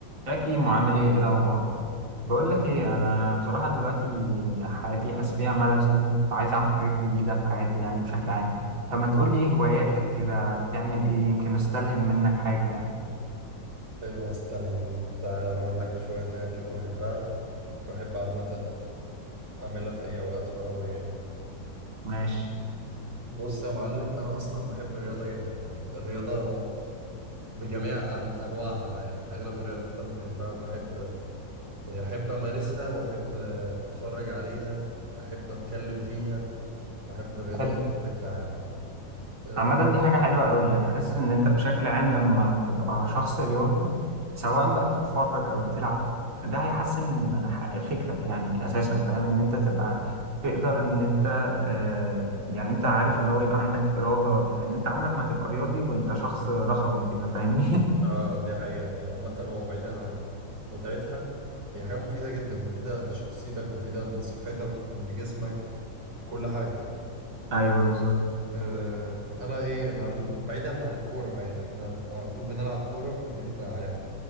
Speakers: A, on the right; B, on the right.
A: يا كيمو عامل ايه ايه الاخبار بقول لك ايه انا بصراحه دلوقتي حياتي حاسس فيها ملل سنه فعايز اعمل حاجات جديده في حياتي يعني بشكل عام فما تقول لي ايه هواياتك كده بتعمل ايه يمكن استلهم منك حاجه يعني
B: حلوة ستالين دي تعالى هقول لك شوية حاجات كده بحبها بحب عامة أعملها في أي أوقات فراغ يعني
A: ماشي
B: بص يا معلم أنا أصلا بحب الرياضة جدا يعني الرياضة بجميع أن- أنواعها بقى يعني أغلب الرياضات أنا بحبها وبحب يعني أحب أمارسها وأحب أتفرج عليها أحب أتكلم فيها بحب الرياضة
A: حلو
B: بشكل عام آه,
A: عامة دي حاجة حلوة قوي يعني حاسس إن أنت بشكل عام لما تبقى شخص رياضي سواء بقى بتتفرج أو بتلعب ده هيحسن ح- فكرك يعني أساسا فاهم إن أنت تبقى تقدر إن أنت آه يعني أنت عارف اللي هو يبقى عندك إرادة لأن أنت عمرك ما هتبقى رياضي وأنت شخص رخوي كده فاهمني؟ <laughs>
B: آه دي حقيقة يعني عامة هو بعيدا عن متعتها هي حاجة مفيدة جدا مفيدة لشخصيتك مفيدة لصحتك لجسمك كل حاجة
A: أيوه بالظبط
B: أه أنا إيه يا معلم بعيدا عن الكورة بقى يعني إحنا على طول بنلعب كورة فدي أنت عارفها